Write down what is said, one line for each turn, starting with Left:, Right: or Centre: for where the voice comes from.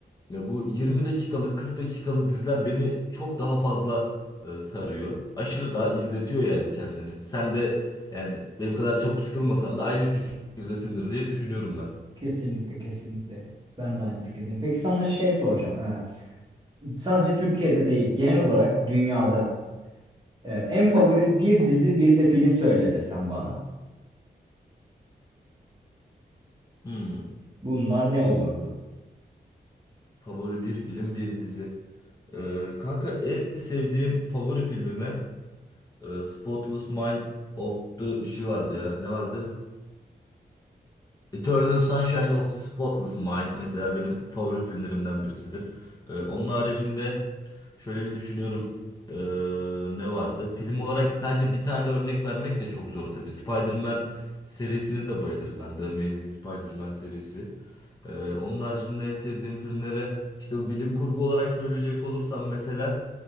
Left: ya bu 20 dakikalık 40 dakikalık diziler beni çok daha fazla e, sarıyor. Aşırı daha izletiyor yani kendini. Sen de yani benim kadar çabuk sıkılmasan da aynı fikirdesindir diye düşünüyorum ben.
Right: kesinlikle kesinlikle. Ben de aynı fikirdeyim. Peki sana şey soracağım. Ha, sadece Türkiye'de değil, genel olarak dünyada e, en favori bir dizi bir de film söyle desem bana.
Left: Hmm.
Right: Bunlar ne olurdu?
Left: Favori bir film, bir dizi. Ee, kanka en sevdiğim favori filmime e, Spotless Mind of the bir şey vardı ya. Ne vardı? Eternal Sunshine of the Spotless Mind mesela benim favori filmlerimden birisidir. Ee, onun haricinde şöyle bir düşünüyorum ee, ne vardı? Film olarak sadece bir tane örnek vermek de çok zor tabii. Spider-Man serisine de bayılırım ben. The Amazing Spider-Man serisi. Ee, onun haricinde en sevdiğim filmlere işte bu bilim kurgu olarak söyleyecek olursam mesela